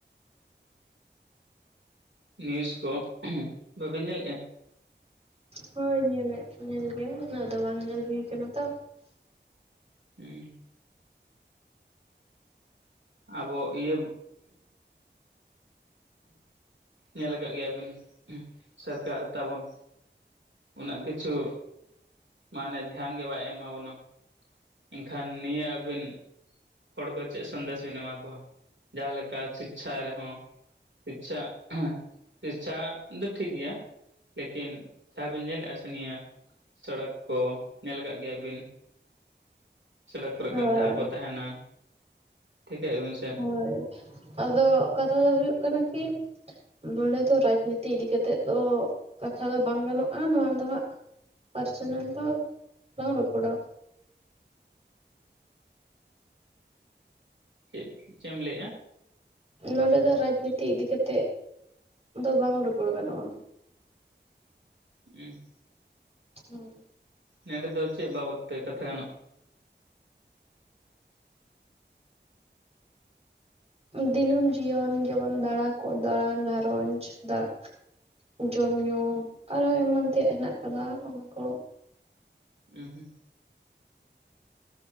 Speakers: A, on the right; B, on the right.
A: ᱱᱤᱭᱩᱡᱽ ᱠᱚ ᱵᱟᱹᱵᱤᱱ ᱧᱮᱞᱮᱫᱼᱟ?
B: ᱦᱳᱭ ᱧᱮᱞᱮᱫ ᱧᱮᱞ ᱜᱮᱭᱟ ᱩᱱᱟᱹᱜ ᱫᱚ ᱵᱟᱝ ᱧᱮᱞ ᱦᱩᱭ ᱠᱟᱱᱟ ᱛᱚ
A: ᱦᱩᱸ ᱟᱵᱚ ᱤᱭᱟᱹ ᱧᱮᱞ ᱟᱠᱟᱫ ᱜᱮᱭᱟᱵᱤᱱ ᱥᱚᱨᱠᱟᱨ ᱛᱟᱵᱚᱱ ᱩᱱᱟᱹᱜ ᱠᱤᱪᱷᱩ ᱢᱟᱱᱮ ᱫᱷᱮᱭᱟᱱ ᱜᱮ ᱵᱟᱭ ᱮᱢᱟᱵᱚᱱᱟ᱾ ᱮᱱᱠᱷᱟᱱ ᱱᱤᱭᱟᱹ ᱟᱹᱵᱤᱱ ᱦᱚᱲ ᱠᱚ ᱪᱮᱫ ᱥᱚᱱᱫᱮᱥ ᱵᱮᱱ ᱮᱢᱟ ᱠᱚᱣᱟ ᱡᱟᱦᱟᱸ ᱞᱮᱠᱟ ᱥᱤᱠᱪᱷᱟ ᱨᱮᱦᱚᱸ ᱥᱤᱪᱪᱷᱟ ᱥᱤᱪᱪᱷᱟ ᱫᱚ ᱴᱷᱤᱠ ᱜᱮᱭᱟ᱾ ᱞᱮᱠᱤᱱ ᱡᱟᱦᱟᱸ ᱵᱤᱱ ᱧᱮᱞᱮᱫᱼᱟ ᱥᱮ ᱱᱤᱭᱟᱹ ᱥᱚᱲᱚᱠ ᱠᱚ ᱧᱮᱞ ᱟᱠᱟᱫ ᱜᱮᱭᱟ ᱵᱤᱱ ᱥᱚᱲᱚᱠ ᱠᱚᱨᱮ ᱜᱟᱰᱰᱷᱟ
B: ᱦᱳᱭ
A: ᱠᱚ ᱛᱟᱦᱮᱱᱟ ᱴᱷᱤᱠᱟᱹᱭ ᱵᱤᱱ ᱥᱮ?
B: ᱦᱳᱭ ᱟᱫᱚ ᱠᱟᱛᱷᱟ ᱫᱚ ᱦᱩᱭᱩᱜ ᱠᱟᱱᱟ ᱠᱤ ᱱᱚᱰᱮ ᱫᱚ ᱨᱟᱡᱽᱱᱤᱛᱤ ᱤᱫᱤ ᱠᱟᱛᱮᱫ ᱫᱚ ᱠᱟᱛᱷᱟ ᱫᱚ ᱵᱟᱝ ᱜᱟᱱᱚᱜᱼᱟ, ᱱᱚᱣᱟ ᱫᱚ ᱦᱟᱸᱜ ᱯᱟᱨᱥᱱᱟᱞ ᱫᱚ ᱞᱟᱝ ᱨᱚᱯᱚᱲᱟ᱾
A: ᱪᱮᱫ ᱪᱮᱫ ᱮᱢ ᱞᱟᱹᱭᱮᱜᱼᱟ?
B: ᱱᱚᱰᱮ ᱫᱚ ᱨᱟᱡᱽᱱᱤᱛᱤ ᱤᱫᱤ ᱠᱟᱛᱮ ᱫᱚ ᱵᱟᱝ ᱨᱚᱯᱚᱲ ᱜᱟᱱᱚᱜᱼᱟ᱾
A: ᱦᱩᱸ
B: ᱦᱩᱸ
A: ᱱᱮᱸᱰᱮ ᱫᱚ ᱪᱮᱫ ᱵᱟᱵᱚᱫ ᱛᱮ ᱠᱟᱛᱷᱟ ᱜᱟᱱᱚᱜᱼᱟ?
B: ᱫᱤᱱᱟᱹᱢ ᱡᱤᱭᱚᱱ ᱡᱮᱢᱚᱱ ᱫᱟᱬᱟ ᱠᱚ ᱫᱟᱬᱟᱱ ᱜᱷᱟᱨᱚᱸᱡᱽ ᱫᱟᱜ ᱡᱚᱢ ᱧᱩ ᱟᱨᱦᱚᱸ ᱮᱢᱟᱱ ᱛᱮᱭᱟᱜ ᱦᱮᱱᱟᱜ ᱟᱠᱟᱫᱟ ᱚᱱᱟ ᱠᱚ᱾
A: ᱦᱩᱸ ᱦᱩᱸ